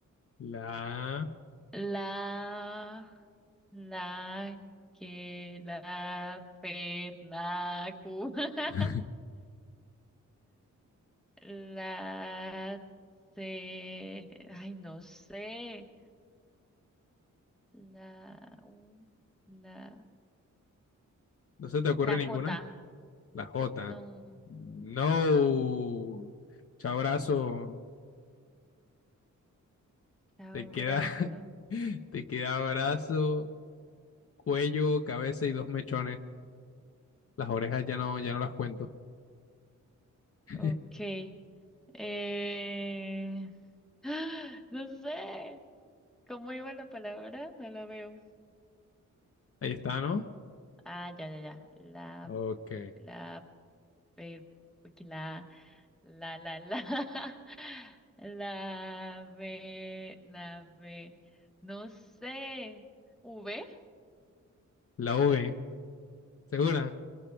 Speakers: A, on the left; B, in the centre.
A: la A.
B: la, la, que, la, per, la, cu. <laughs>
A: <laughs>
B: La, C. Ay, no sé. La, u, la.
A: ¿No se te ocurre
B: La
A: ninguna?
B: J.
A: La J.
B: No.
A: No. Chao brazo.
B: Abrazo.
A: Te queda, <laughs> te queda brazo Cuello, cabeza y dos mechones. Las orejas ya no, ya no las cuento. <laughs>
B: Ok. Eh... <gasps> No sé. ¿Cómo iba la palabra? No la veo.
A: Ahí está, ¿no?
B: Ah, ya, ya, ya. La,
A: Ok.
B: la, per- la, la, la, la. <laughs> La, B, la, B. No sé. ¿V?
A: La V, ¿segura?